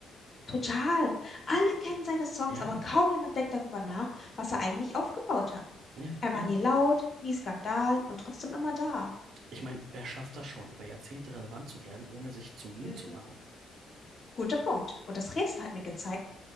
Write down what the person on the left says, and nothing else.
Total. Alle kennen seine Songs,
aber kaum jemand denkt darüber nach, was er eigentlich aufgebaut hat.
Er
war nie laut, nie Skandal und trotzdem immer da.
Mhm.
Guter Punkt. Und das Rätsel hat mir gezeigt,